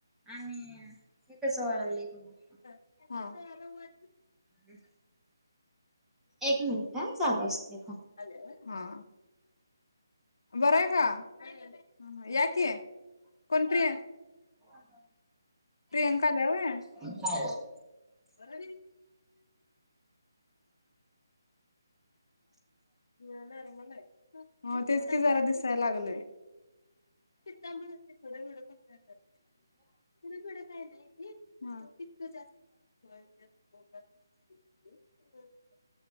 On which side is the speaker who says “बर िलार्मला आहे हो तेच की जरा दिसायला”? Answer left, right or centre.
Left